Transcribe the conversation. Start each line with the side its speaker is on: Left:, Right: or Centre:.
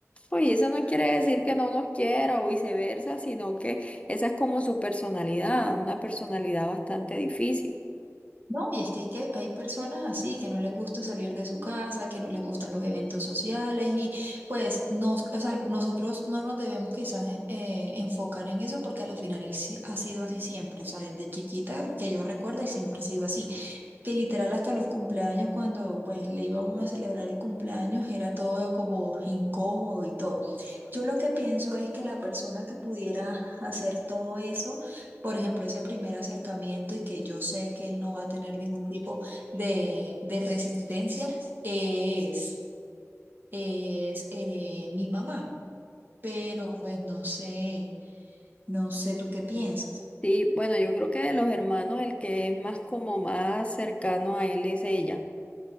Left: Pues y eso no quiere decir que no nos quiera o viceversa, sino que esa es como su personalidad, una personalidad bastante difícil.
Right: No, y es que hay, que hay personas así que no les gusta salir de su casa, que no les gustan los eventos sociales y pues nos, o sea, nosotros no nos debemos quizás eh, eh, enfocar en eso porque al final él sí ha sido así siempre, o sea, desde chiquita que yo recuerdo él siempre ha sido así que literal hasta los cumpleaños, cuando pues le iba uno a celebrar el cumpleaños, era todo como incómodo y todo. Yo lo que pienso es que la persona que pudiera hacer todo eso, por ejemplo, ese primer acercamiento y que yo sé que él no va a tener ningún tipo de, de resistencia, es, es eh, mi mamá. Pero pues no sé, no sé tú qué piensas.
Left: Sí, bueno, yo creo que de los hermanos el que es más como más cercano a él es ella.